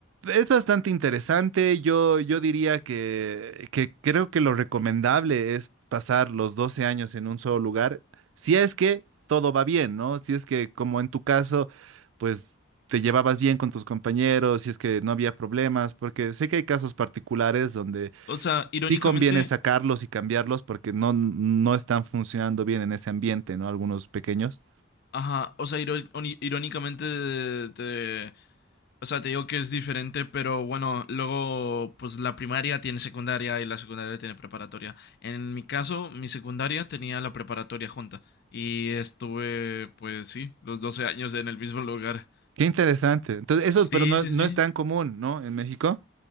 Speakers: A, on the right; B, on the left.
A: Es bastante interesante. Yo, yo diría que, que creo que lo recomendable es pasar los 12 años en un solo lugar, si es que todo va bien, ¿no? Si es que, como en tu caso, pues te llevabas bien con tus compañeros, si es que no había problemas, porque sé que hay casos particulares donde
B: O sea, irónicamente,
A: sí conviene sacarlos y cambiarlos porque no, no están funcionando bien en ese ambiente, ¿no? Algunos pequeños.
B: ajá. O sea, iró- oni- irónicamente te, O sea, te digo que es diferente, pero bueno, luego pues la primaria tiene secundaria y la secundaria tiene preparatoria. En mi caso, mi secundaria tenía la preparatoria junta y estuve pues sí, los 12 años en el mismo lugar.
A: Qué interesante. Entonces, eso,
B: Sí,
A: pero no,
B: sí,
A: no
B: sí.
A: es tan común, ¿no? En México.